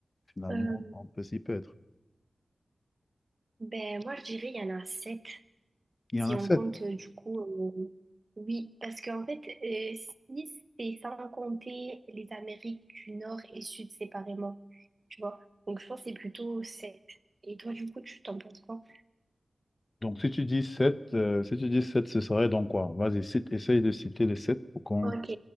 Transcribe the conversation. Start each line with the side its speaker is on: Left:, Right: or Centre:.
Left: finalement,
Right: Euh,
Left: on peut s'y perdre.
Right: ben, moi, je dirais il y en a sept,
Left: Il
Right: si
Left: y en a
Right: on
Left: 7.
Right: compte euh, du coup. euh, oui, parce qu'en fait, euh, si c'est sans compter les Amériques du Nord et Sud séparément, tu vois. Donc, je pense que c'est plutôt sept. Et toi, du coup, tu t'en penses quoi?
Left: Donc, si tu dis 7, si tu dis sept ce serait donc quoi? Vas-y, cite, essaye de citer les 7 pour qu'on
Right: Ok.